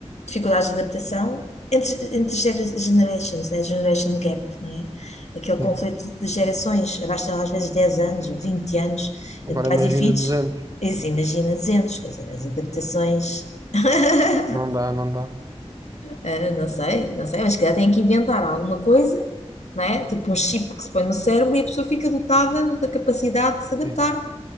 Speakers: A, on the left; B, on the right.
A: dificuldades de adaptação entre, entre gera- generations, né? Generation gap, não é? Aquele
B: Sim.
A: conflito de gerações, abastam às vezes 10 anos ou 20 anos entre
B: Agora
A: pais
B: imagina
A: e filhos,
B: 200,
A: eles imagina 200, quer dizer, as adaptações. <laughs>
B: não dá, não dá.
A: Ah, não sei, não sei, mas se calhar têm que inventar alguma coisa, não é? Tipo um chip que se põe no cérebro e a pessoa fica dotada da capacidade de se adaptar.
B: Sim.